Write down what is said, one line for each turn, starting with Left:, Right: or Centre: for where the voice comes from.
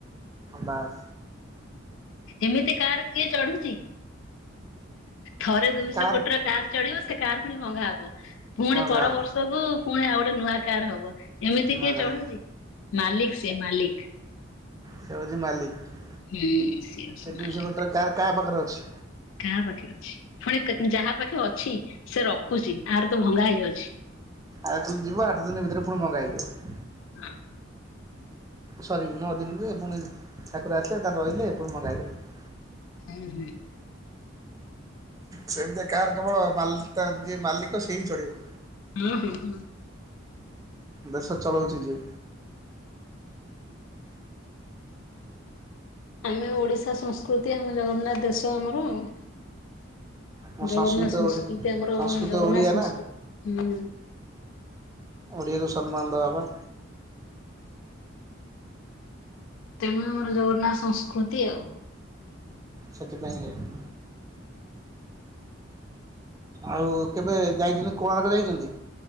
Right: ବାସ।
Left: ଏମିତି କାର କିଏ ଚଢୁଛି ଥରେ ଦୁଇଶ
Right: କାର୍
Left: କୋଟିର କାର ଚଢିବ ସେ କାର ପୁଣି ଭଙ୍ଗା ହବ ପୁଣି
Right: ଭଙ୍ଗା
Left: ପର
Right: ହେବ
Left: ବର୍ଷକୁ ପୁଣି ଆଉ ଗୋଟେ ନୂଆ କାର୍ ହବ। ଏମିତି
Right: ନୂଆ
Left: କିଏ
Right: କାର୍
Left: ଚଢୁଛି ମାଲିକ ସିଏ ମାଲିକ।
Right: ସେ ହଉଛି ମାଲିକ
Left: ହୁଁ ସିଏ ଅଛି
Right: ସେ
Left: ମାଲିକ।
Right: ଦୁଇଶହ କୋଟିର କାର୍ କାହା ପାଖରେ ଅଛି।
Left: କାହା ପାଖେ ଅଛି। ପୁଣି ଯାହା ପାଖେ ଅଛି ସେ ରଖୁଛି ଆହାର ତ ଭଙ୍ଗା ହେଇଯାଉଛି।
Right: ଆଉ ଖାଲି ଯିବ ଆଠ ଦିନ ଭିତରେ ପୁଣି ଭଙ୍ଗା ହେଇଯିବ।
Left: ହଁ।
Right: ସରି ନଅ ଦିନରେ ପୁଣି ଠାକୁର ଆସିଲେ ଦା ରହିଲେ ପୁଣି ଭଙ୍ଗା ହେଇଗଲେ।
Left: ହାଇ ହୋଲି।
Right: ସେମିତି କାର୍ କେବଳ ମାଲତା ଯିଏ ମାଲିକ ସିଏ ହିଁ ଚଢିବ।
Left: ହୁଁ ହୁଁ ହୁଁ।
Right: ଦେଶ ଚଳଉଚି ଯିଏ।
Left: ଆମେ ଓଡ଼ିଶା ସଂସ୍କୃତି ଆମ ଜଗନ୍ନାଥ ଦେଶ ଆମର ଆଉ।
Right: ଆମ
Left: ଜଗନ୍ନାଥ
Right: ସଂସ୍କୃତ
Left: ସଂସ୍କୃତି
Right: ଓଡ଼ି
Left: ଆମର
Right: ସଂସ୍କୃତ
Left: ଜଗନ୍ନାଥ
Right: ଓଡ଼ିଆ
Left: ସଂସ୍କୃତି
Right: ନା
Left: ହୁଁ।
Right: ଓଡ଼ିଆକୁ ସମ୍ମାନ ଦେବା ବା।
Left: ତେଣୁ ଆମର ଜଗନ୍ନାଥ ସଂସ୍କୃତି ଆଉ।
Right: ସେଥିପାଇଁ ଆଉ। ଆଉ କେବେ ଯାଇଥିଲେ କୋଣାର୍କ ଯାଇଛନ୍ତି।